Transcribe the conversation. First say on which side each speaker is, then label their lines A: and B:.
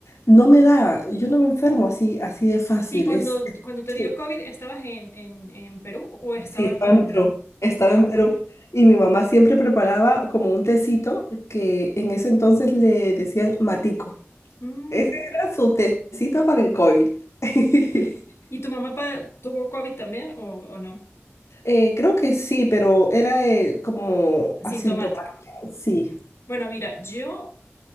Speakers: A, on the left; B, on the left.
A: no me da, yo no me enfermo así, así de fácil.
B: ¿Y cuando,
A: Es, es-
B: cuando te
A: sí.
B: dio COVID, estabas en, en, en Perú o estabas
A: Sí, estaba
B: en...
A: en Perú,
B: o
A: estaba
B: en- ah,
A: en Perú.
B: ok.
A: Y mi mamá siempre preparaba como un tecito que en ese entonces le decían matico.
B: Mm.
A: Ese era su tecito para el COVID. <laughs>
B: ¿Y tu mamá pa- tuvo COVID también o, o no?
A: Eh, creo que sí, pero era eh, como
B: Asintomático.
A: asintomática. Sí.
B: Bueno, mira, yo